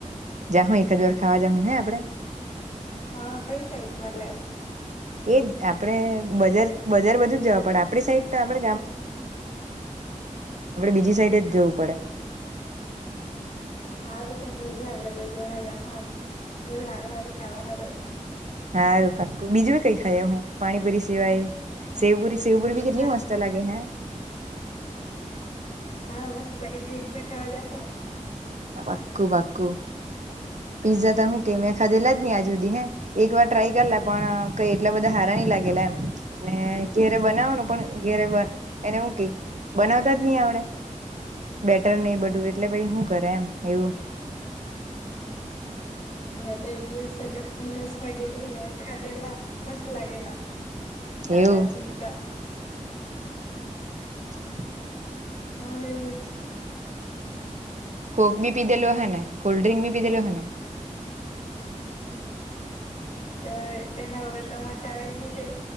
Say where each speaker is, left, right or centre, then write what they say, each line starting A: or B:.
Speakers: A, on the right (about 65°); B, on the left (about 55°).
A: જાહું એકાદવાર ખાવા જાહું હે આપડે.
B: હા, કઈ સાઈટ મલે.
A: એજ આપડે બજાર બજાર બાજુ જ જવા પડે આપડી સા તય આપડે બી સાઈડ જ જવું પડે.
B: હારું તો કેજે આપડે બે જણા જાહું બધું હારું હારું ખાવા હારું.
A: હારું પાકું બીજું કઈ ખાઈ આવુ હું પાણીપુરી સિવાય. સેવપુરી સેવપુરી
B: પીઝા
A: બી કેટલી મસ્ત લાગે હે.
B: હા, મસ્ત લાગે પીઝા ખાવા જાહું.
A: પાકું પાકું. પીઝા ત હું કે મેં ખાધેલા જ આજ સુધી હે એક વાર ટ્રાય કરેલા પણ કઈ એટલા બધા હારા નઈ લા ગેલા એમ ને ઘેરે બનાવવાનું પણ ઘેરે બન એને હું કેય બનાવતા જ ની આવડે. બેટર ને એ બધું એટલે ભઈ હું કરે એમ એવું.
B: મેં તો એક દિવસે ડોમીનોઝમાં ગેલી ને ખાદેલા. મસ્ત લાગેલા સાદા
A: એવું
B: પિઝા.
A: <inaudible>
B: હા, એવું જ.
A: કોક બી પીદેલો અહેને કોલ્ડ ડ્રિંક બી પીદેલો અહેને.
B: ત તેના વગર તો મજા આવે ની તે.